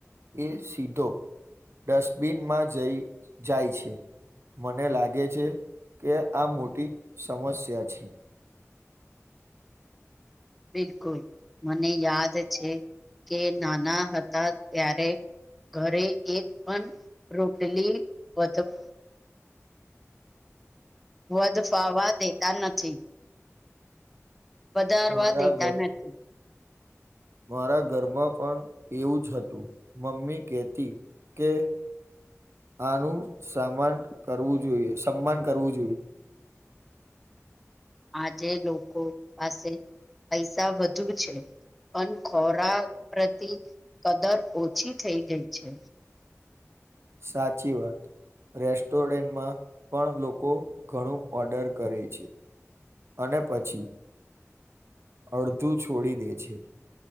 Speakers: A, on the right (about 55°); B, in the centre.
A: એ સીટો. ડસ્ટબિનમાં જઈ જાય છે. મને લાગે છે, કે આ મોટી સમસ્યા છે.
B: બિલકુલ મને યાદ છે, કે નાના હતા ત્યારે ઘરે એક પણ રોટલી વધ વધ ફાવા દેતા નથી. વધારવા
A: મારા
B: દેતા
A: ઘર
B: નથી.
A: મારા ઘરમાં પણ એવું જ હતું મમ્મી કેતી કે આનું સમાન કરવું જોઈએ સનમાન કરવું જોઈએ.
B: આજે લોકો પાસે પૈસા વધુ છે. પણ ખોરાક પ્રતિ કદર ઓછી થઈ ગઈ છે.
A: સાચી વાત. રેસ્ટોરેન્ટમાં પણ લોકો ઘણું ઓર્ડર કરે છે. અને પછી અડધું છોડી દે છે.